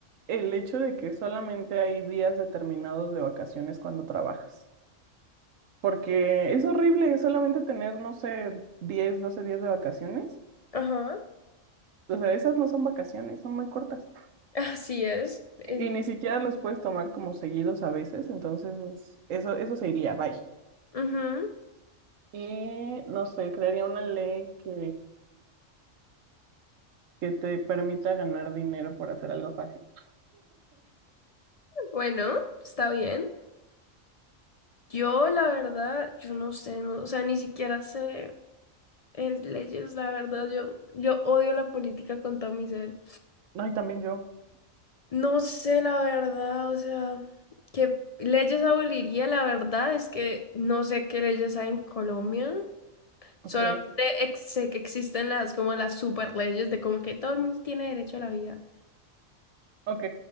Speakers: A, on the right; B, on the left.
A: el hecho de que solamente hay días determinados de vacaciones cuando trabajas, porque es horrible solamente tener, no sé, 10, 12 días de vacaciones.
B: Ajá,
A: O sea, esas no son vacaciones, son muy cortas.
B: <laughs> así es. Eh,
A: Y y ni siquiera los puedes tomar como seguidos a veces, entonces eso, eso se iría, bye.
B: ujú.
A: Y no sé, crearía una ley que, que te permita ganar dinero por hacer algo fácil.
B: Bueno, está bien. Yo, la verdad, yo no sé, no, o sea, ni siquiera sé eh, leyes, la verdad, yo, yo odio la política con todo mi ser.
A: Ay, también yo.
B: No sé, la verdad, o sea, qué leyes aboliría, la verdad es que no sé qué leyes hay en Colombia.
A: Ok,
B: Solamente ex- sé que existen las como las super leyes de como que todo el mundo tiene derecho a la vida.
A: ok.